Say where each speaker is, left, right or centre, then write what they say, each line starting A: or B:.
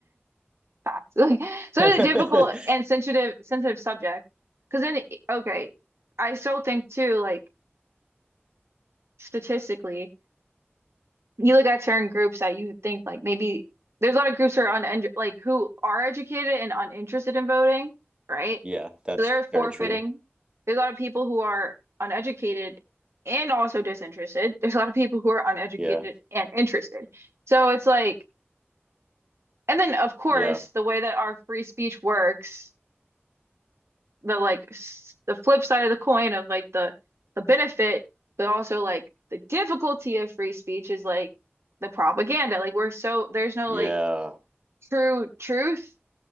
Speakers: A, on the right; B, on the right.
A: fact. <laughs> Like so
B: <laughs>
A: it's a difficult and sensitive sensitive subject. Because then okay, I still think too, like statistically. you look at certain groups that you think like maybe there's a lot of groups who are un like who are educated and uninterested in voting, right?
B: yeah, that's
A: So they're forfeiting.
B: very true.
A: There's a lot of people who are uneducated and also disinterested. There's a lot of people who are uneducated
B: Yeah.
A: and interested. So it's like, and then of course,
B: Yeah.
A: the way that our free speech works the like s- the flip side of the coin of like the the benefit, but also like the difficulty of free speech is like the propaganda. Like we're so there's no
B: Yeah.
A: like true truth,